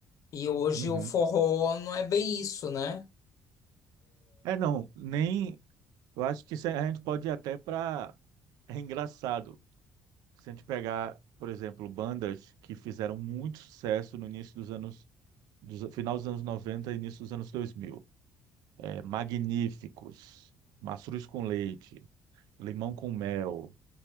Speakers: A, on the left (about 55°); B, on the right (about 80°).
A: E hoje
B: Uhum.
A: o forró não é bem isso, né?
B: É, não, nem. Eu acho que isso a gente pode ir até para. É engraçado. Se a gente pegar, por exemplo, bandas que fizeram muito sucesso no início dos anos. dos- final dos anos 90 e início dos anos dois mil é, magníficos, mastruz com leite, limão com mel,